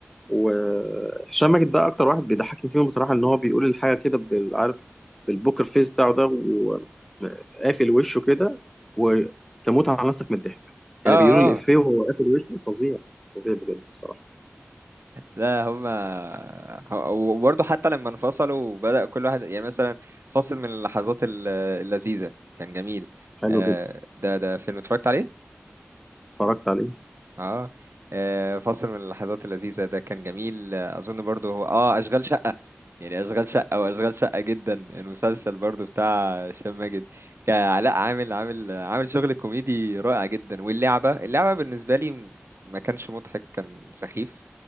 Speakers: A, in the centre; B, on the right (about 65°).
A: وهشام ماجد بقى اكتر واحد بيضحكني فيهم بصراحه ان هو بيقول الحاجه كده بال- عارف بالبوكر فيس بتاعه ده وقافل وشه كده وتموت على نفسك من الضحك يعني
B: اه
A: بيقولوا
B: اه
A: الافيه وهو قافل وشه فظيع فظيع بجد بصراحه
B: لا هما هو- وبرضه حتى لما انفصلوا وبدأ كل واحد يعني مثلا فصل من اللحظات ال- اللذيذة كان جميل
A: حلو
B: آه،
A: جدا
B: ده ده فيلم اتفرجت عليه
A: اتفرجت عليه
B: اه آه، فاصل من اللحظات اللذيذة ده كان جميل آه، أظن برضو هو اه أشغال شقة يعني أشغال شقة وأشغال شقة جدا المسلسل برضو بتاع هشام ماجد كعلاء عامل عامل عامل شغل كوميدي رائع جدا واللعبة اللعبة بالنسبة لي م- ما كانش مضحك كان سخيف